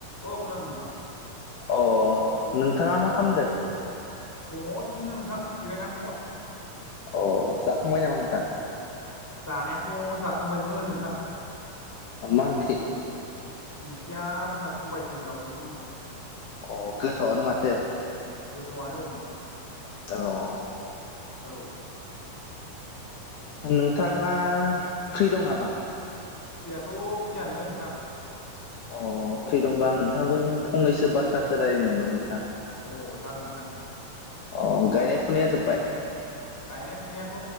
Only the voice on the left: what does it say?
अ नोंथाङा मा खालामदो
अ जाखांबाय नामा नोंथां?
मा ओंख्रि?
अ गोथावआनो माथो।
औ
नोंथाङा फ्रि दं नामा?
अ फ्रि दंबा
आं नोंथांजों फंनैसो बाथ्रा सोलायनो नंदोंमोन नोंथां।
अ गायनाय फुनाया जोबबाय?